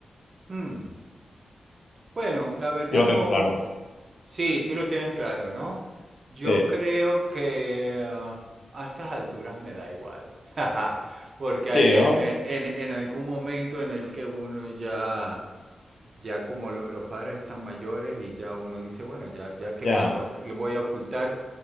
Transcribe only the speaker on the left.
Yo lo
tengo claro.
Sí,
sí,
¿no?
Ya,